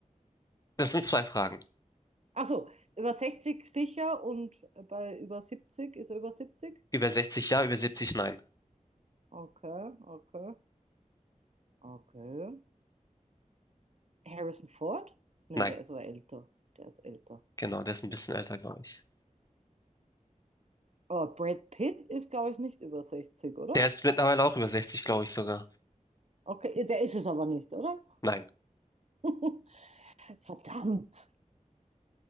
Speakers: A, on the left (about 25°); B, on the right (about 55°).
A: Das sind zwei Fragen.
B: Achso, über 60 sicher und bei über 70 ist er über siebzig
A: Über 60 ja, über 70 nein.
B: Okay, okay, okay. Harrison Ford? Ne,
A: Nein,
B: der ist aber älter. Der ist älter.
A: genau, der ist ein bisschen älter, glaube ich.
B: Aber Brad Pitt ist, glaube ich, nicht über 60 oder?
A: Der ist mittlerweile auch über 60, glaube ich sogar.
B: Okay, der ist es aber nicht, oder?
A: Nein.
B: <laughs> Verdammt.